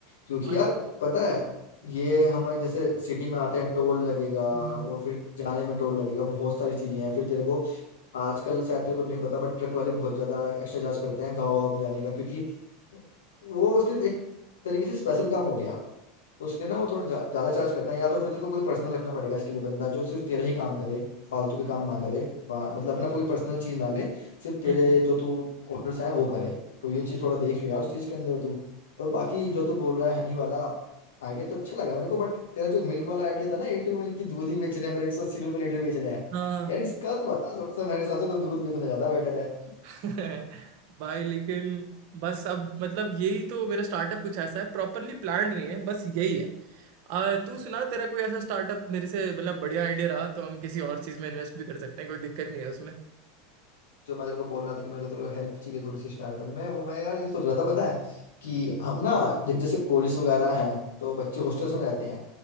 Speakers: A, on the left (about 70°); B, on the right (about 55°).
A: क्योंकि
B: और-
A: यार पता है ये हम जैसे सिटी में आते हैं टोल लगेगा और
B: हाँ हाँ हाँ।
A: फिर जाने में टोल लगेगा बहुत सारी चीजें हैं फिर तेरे को आजकल शायद तेरे को नहीं पता बट ट्रक वाले बहुत ज्यादा एक्स्ट्रा चार्ज करते हैं गाँव वाँव में जाने का क्योंकि वो सिर्फ एक तरीके से स्पेशल काम हो गया तो इसलिए ना वो थोड़ा जा, ज्यादा चार्ज करता है या तो फिर तेरे को कोई पर्सनल रखना पड़ेगा इसके लिए बंदा जो सिर्फ तेरा ही काम करे फालतू के काम ना करे बा- मतलब अपना कोई पर्सनल चीज ना ले सिर्फ तेरे
B: हम्म।
A: जो तू ऑर्डर्स आए वो करे तो ये चीज थोड़ा देखियो यार उस चीज के अंदर तू और बाकी जो तू बोल रहा है हनी वाला आइडिया तो अच्छा लगा मेरे को बट तेरा जो मिल्क वाला आइडिया था ना ए टू मिल्क की दूध ही बेचने पर एक सौ अस्सी रुपये लीटर बेच रहे हैं
B: हाँ,
A: यार इसका तो बता थोड़ा सा मेरे हिसाब से तो दूध बेचना ज्यादा बेटर है
B: <laughs> भाई लेकिन बस अब मतलब यही तो मेरा स्टार्टअप कुछ ऐसा है प्रॉपरली प्लान्ड नहीं है बस यही है आ, तू सुना तेरा कोई ऐसा स्टार्टअप मेरे से मतलब बढ़िया आइडिया रहा तो हम किसी और चीज में इन्वेस्ट भी कर सकते हैं कोई दिक्कत नहीं है उसमें
A: जो मैं तेरे को बोल रहा था कि मेरे को तेरे हेल्प चाहिए थोड़ी सी स्टार्टअप में वो मैं यार ये सोच रहा था पता है कि हम ना जब जैसे कॉलेज वगैरह हैं तो बच्चे हॉस्टल्स में रहते हैं